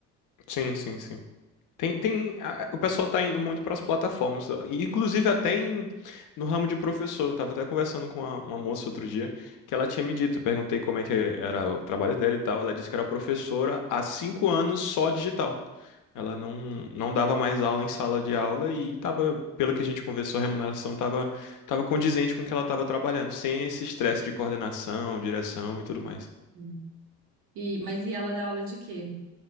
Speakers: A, on the left; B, on the right.
A: Sim, sim, sim. Tem, tem, a- o pessoal tá indo muito para as plataformas, e inclusive até em, no ramo de professor. Eu tava até conversando com uma, uma moça outro dia que ela tinha me dito. Eu perguntei como é que era o trabalho dela e tal. Ela disse que era professora há cinco anos só digital. Ela não, não dava mais aula em sala de aula e tava, pelo que a gente conversou, a remuneração tava, tava condizente com o que ela tava trabalhando, sem esse estresse de coordenação, direção e tudo mais.
B: Sim. E, mas e ela dá aula de quê?